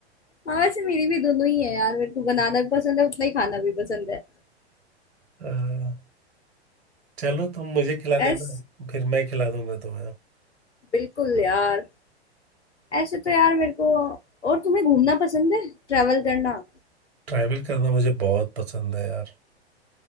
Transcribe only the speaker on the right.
हाँ, चलो तुम मुझे खिला
देना फिर मैं खिला दूंगा तुम्हें
ट्रैवल करना मुझे बहुत पसंद है यार